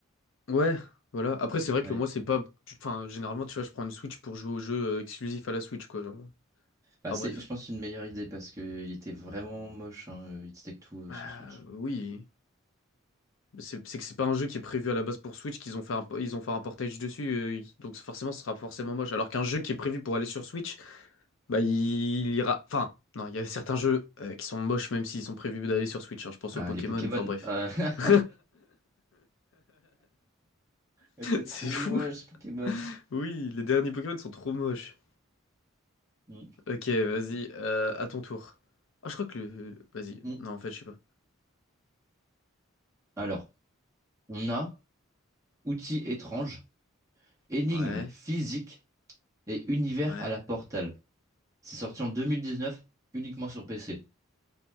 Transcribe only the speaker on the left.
ouais, voilà. Après c'est vrai
que moi c'est pas enfin généralement tu vois, je prends une Switch pour jouer aux jeux euh, exclusifs à la Switch quoi, genre.
Enfin
bref.
Euh,
oui. C'est c'est que c'est pas un jeu qui est prévu à la base pour Switch, qu'ils ont fait un, ils ont fait un portage dessus, euh, ils- donc forcément ce sera forcément moche. Alors qu'un jeu qui est prévu pour aller sur Switch, bah il, il ira. Enfin, non, il y a certains jeux euh, qui sont moches même s'ils sont prévus d'aller sur Switch. hein. Je pense
aux Pokémon,
enfin bref.
<laughs>
C'est
fou.
Oui, les derniers Pokémon sont trop moches.
Ok, vas-y, euh, à ton tour. Ah, je crois que le. le- Vas-y,
non, en fait, je sais pas.
Ouais,
ouais.